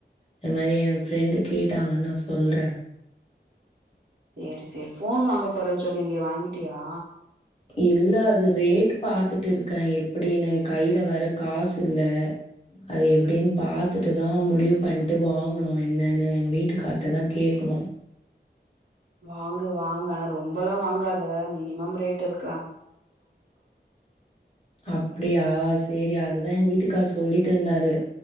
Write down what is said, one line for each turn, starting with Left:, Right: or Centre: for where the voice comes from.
Left: அது மாரி என் ஃப்ரெண்டு கேட்டாங்கன்னு நா சொல்றே
Right: செரி செரி ஃபோன் வாங்கப் போறேன்னு சொல்லிருந்திய வாங்கிட்டியா
Left: இல்ல அது ரேட் பாத்துட்டு இருக்கே எப்டின்னு கையில வேர காசு இல்ல அது எப்டின்னு பாத்துட்டுதா முடிவு பண்ட்டு வாங்கணு என்னன்னு எங்க வீட்டுக்கார் கிட்ட தா கேக்கணு
Right: வாங்க வாங்க ஆனா ரொம்பல்லா வாங்காத மினிமம் ரேட் இருக்
Left: அப்டியா செரி அதுதா எங்க வீட்டுக்கார் சொல்லிட்ருந்தாரு